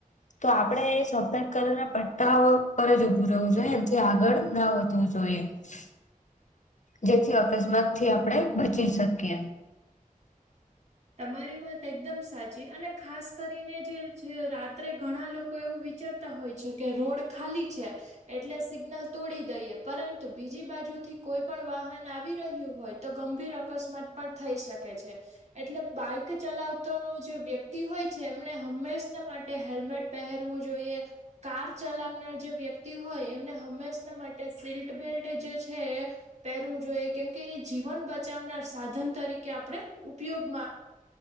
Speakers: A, on the left; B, on the right.
A: તો આપડે એ સફેદ કલરના પટ્ટાઓ પર જ ઉભું રહવું જોઈએ એનથી આગળ ના વધવું જોઈએ. જોએ. જેથી અકસ્માત થી આપણેે બચી શકીએ.
B: તમારી વાત એકદમ સાચી અને ખાસ કરીને જે રાત્રે ઘણા લોકો એવું વિચારતા. તા હોય છે કે રોડ ખાલી છે. એટલે સિગ્નલ તોડી દઈએ પરંતુ બીજી બાજુ થી કોઈ પણ વાહન આવી રહ્યું હોય. તો ગંભીર અકસ્માત પણ થઈ શકે છે. એટલે બાઈક ચલાવતો જે વ્યક્તિ હોય છે એમને હંમેશને માટે હેલ્મેટ. પહેરવું જોઈએ. કાર ચલાવનાર જે વ્યક્તિ હોય એમને હંમેશ ને માટે સીટ બેલ્ટ જે છે એ. પહેરવું જોઈએ કેમકે એ જીવન બચાવનાર સાધન તરીકે આપણે ઉપયોગમાં.